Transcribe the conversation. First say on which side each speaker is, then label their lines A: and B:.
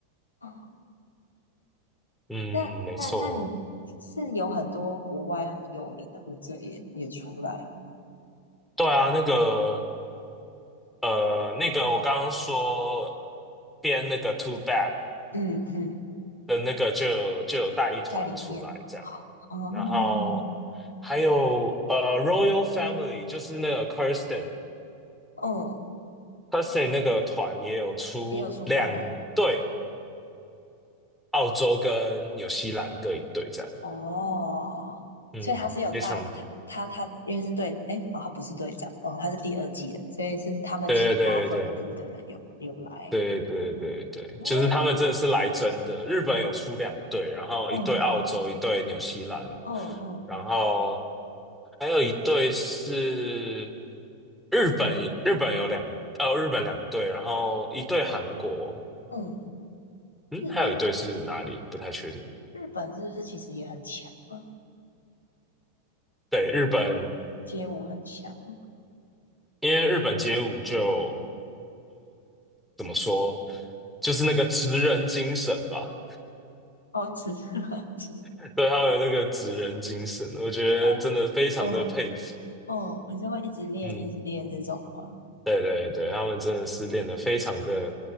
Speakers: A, on the left; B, in the centre.
A: 哦，
B: 嗯，
A: 那那那你是有很多国外很有名的舞者也也出来了吗，
B: 没错。对啊，那个呃，那个我刚刚说编那个 Too Bad。
A: 嗯嗯，
B: 的那个就有就有带一团出来这样，
A: 在里面哦，
B: 然后还有呃 Royal Family 就是那个 Kirsten
A: 哦，
B: Kirsten 那个团也有出两队，
A: 也有出来。
B: 澳洲跟纽西兰各一队这样，
A: 哦，
B: 嗯，
A: 所以他是有带他他他，
B: 非常的，
A: 因为是队，诶，哦，他不是队长，哦，他是第二季的，所以是他们其他分部的人有有来。
B: 对对对对对对对对，
A: 哦，
B: 就是他们真的是来真的，日本有出两队，然后一队澳洲，
A: 哦，
B: 一队纽西兰，
A: 哦，哦，
B: 然后。还有一对是日本，日本有两，呃，日本两队，然后一队韩国，
A: 嗯，
B: 嗯，
A: 日日
B: 还有一队是哪里？不太确定。
A: 日本是不是其实也很强啊？
B: 对，日本，
A: 街舞很强，
B: 因为日本街舞就怎么说，就是那个职人精神吧，
A: 哦，只是垃圾。
B: <laughs> 对，他们有那个职人精神，我觉得真的非常的佩服。
A: <laughs> 啊嗯嗯，你就会一直练一直练这种吗？
B: 嗯，对对对，他们真的是练得非常的，